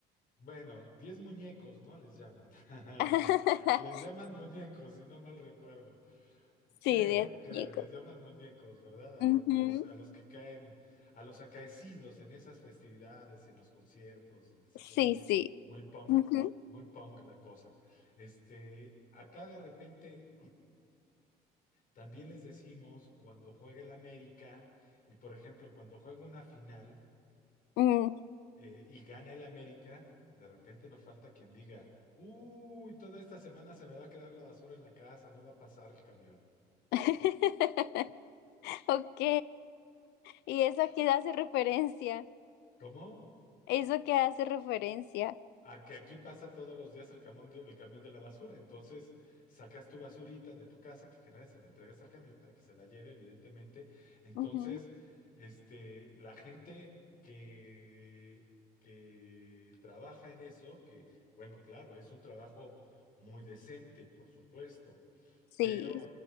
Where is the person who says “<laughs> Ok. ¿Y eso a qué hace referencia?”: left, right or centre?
Left